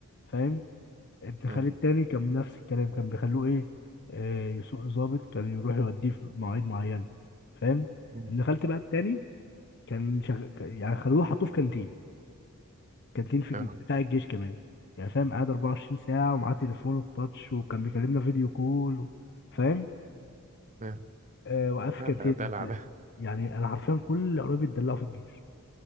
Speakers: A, on the left; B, on the right.
A: فاهم ابن خالي
B: اه
A: التاني كان نفس الكلام كان بيخلوه ايه آه، يسوق ظابط كان يروح يوديه في مواعيد معينه فاهم
B: مم.
A: ابن خالتي بقى التاني كان شغ... يعني خلوه حطوه في كانتين كانتين في
B: اه
A: بتاع الجيش كمان يعني فاهم قاعد 24 ساعة ومعاه تليفونه التاتش وكان بيكلمنا فيديو كول و... فاهم
B: اه
A: آه وقف
B: لا
A: في كانتين
B: ده دلع
A: مرتاح
B: ده
A: يعني أنا حرفيا كل قرايبي اتدلعوا في الجيش